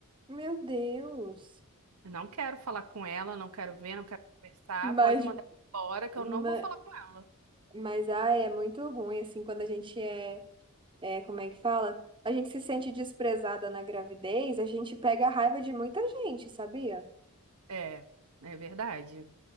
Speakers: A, on the right; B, on the right.
A: Meu Deus.
B: Eu Não quero falar com ela, não quero ver, não quero conversar.
A: Mas,
B: Pode mandar embora, que
A: ma-
B: eu não vou falar com ela.
A: mas ai, é muito ruim, assim, quando a gente é, é, como é que fala? A gente se sente desprezada na gravidez, a gente pega a raiva de muita gente, sabia?
B: É, é verdade.